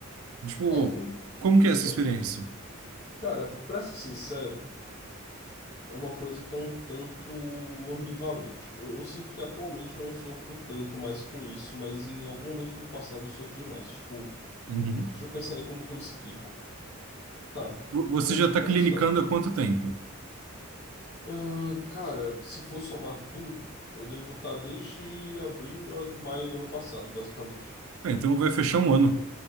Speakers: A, on the right; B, on the left.
A: Tipo,
B: É, en-
A: como que
B: então,
A: é essa experiência?
B: cara, pra ser sincero, É uma coisa que é um tanto ambivalente. Eu, eu sinto que atualmente eu não sofro tanto mais com isso, mas em algum momento do passado eu sofri mais. Tipo,
A: Uhum.
B: deixa eu pensar aí como que eu explico. Tá.
A: Vo- Você
B: No,
A: já está
B: no começo
A: clinicando
B: da.
A: há quanto tempo?
B: Ah, cara, se for somar tudo, eu devo estar desde abril a maio do ano passado, basicamente.
A: Ah, então vai fechar um ano.